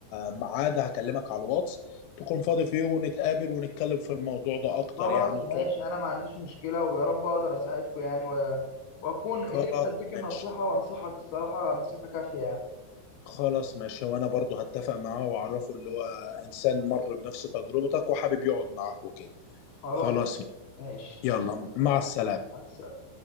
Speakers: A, on the left; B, on the left.
A: ميعاد هكلمك على الواتس تكون فاضي فيه ونتقابل ونتكلم في الموضوع ده اكتر
B: خلاص
A: يعني وتقعد
B: ماشي انا ما عنديش مشكله ويا رب اقدر اساعدكم يعني و- واكون قدرت
A: خلاص
B: اديك النصيحه
A: ماشي
B: وانصحك الصراحه نصيحه كافيه يعني
A: خلاص ماشي وانا برضو هتفق معاه واعرفه اللي هو انسان مر بنفس تجربتك وحابب يقعد معاك وكده
B: خلاص
A: خلاص
B: ماشي ماشي
A: يلا مع السلامة
B: مع السلامه